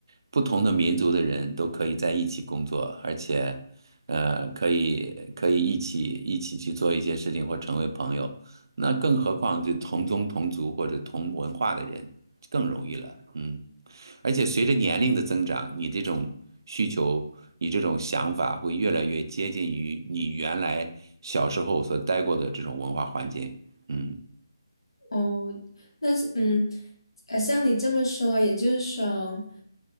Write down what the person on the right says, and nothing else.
不同的民族的人都可以在一起工作，而且，呃，可以可以一起一起去做一些事情或成为朋友。那更何况就同宗同族或者同文化的人更容易了，嗯。而且随着年龄的增长，你这种需求，你这种想法会越来越接近于你原来小时候所待过的这种文化环境，嗯